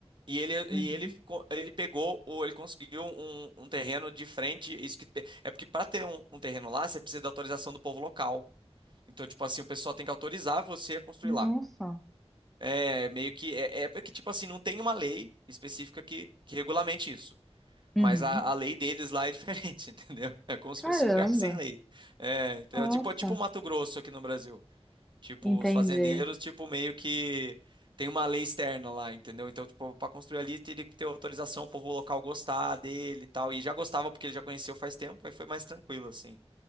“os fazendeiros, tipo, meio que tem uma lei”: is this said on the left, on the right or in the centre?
Right